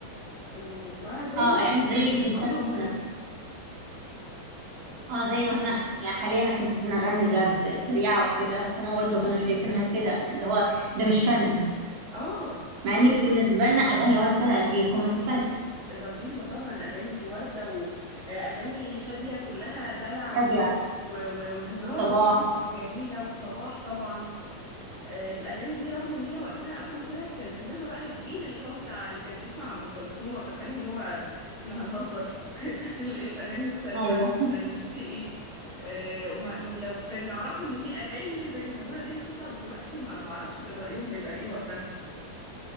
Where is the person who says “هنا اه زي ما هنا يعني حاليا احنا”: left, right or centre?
Right